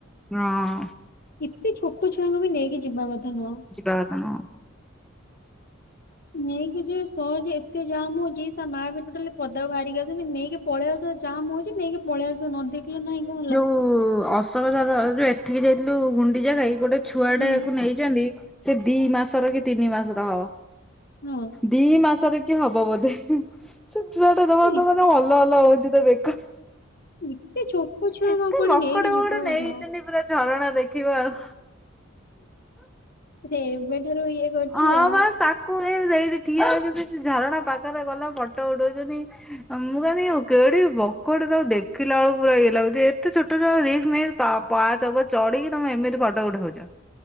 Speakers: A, in the centre; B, on the left.
A: ହଁ।
B: ଏତେ ଛୋଟ ଛୁଆଙ୍କୁ ବି ନେଇକି ଯିବା କଥା ନୁହଁ।
A: ଯିବା କଥା ନୁହଁ।
B: ନେଇକି ଯେ ସହଜେ ଏତେ ଜାମ୍ ହଉଛି ତା ମାଆ ବି ଟୋଟାଲି ପଦାକୁ ବାହାରିକି ଆସୁନି ନେଇକି ପଳେଇବା ସହ ଜାମ୍ ହଉଛି ନେଇକି ପଳେଇ ଆସିବ ନ ଦେଖିଲ ନାଇଁ କଣ ହେଲା।
A: କୁ ଅଶୋକ ଝର ଯେ ଏଠିକି ଯାଇଥିଲୁ ଗୁଣ୍ଡିଚା ଘାଇ ଗୋଟେ ଛୁଆ
B: ହୁଁ
A: ଟାକୁ ନେଇଚନ୍ତି। ସେ ଦି ମାସର କି ତିନି ମାସର ହବ
B: ହଁ
A: ଦି ମାସରେ କି ହବ ବୋଧେ ସେ ଚୁଆଟା ଦବ
B: ଏ
A: ଦବନା ହଲ ହଲ ହଉଛି ତା ବେକ।
B: ଏତେ ଛୋଟ ଛୁଆଙ୍କୁ
A: ଏତେ
B: କୁଆଡେ
A: ମକଡ
B: ନେଇକି ଯିବା
A: ବକଡ
B: କଥା।
A: ନେଇଚନ୍ତି ପୁରା ଝରଣା ଦେଖିବ ଆଉ।
B: ଏବେଠାରୁ ଇଏ କରୁଛି
A: ଅଁ
B: ଆଉ
A: ହଁ ସାତ୍ କଣ ଏଇ ସେଇଠି ଠିଆ ହେଇଚନ୍ତି ଝରଣା ପାଖରେ ଗଲା ଫଟ ଉଠଉଛନ୍ତି। ମୁଁ କହିଲି କେଡ଼ିକି ବକଟେ ତାକୁ ଦେଖିଲା ବେଳକୁ ପୁରା ଇଏ ଲାଗୁଛି ଏତେ ଛୋଟ ଛୁଆ ରିସ୍କ ନେଇ ପାଆ ପାହାଚ ଉପରେ ଚଢିକି ତମେ ଏମିତି ଫଟୋ ଉଠଉଛ।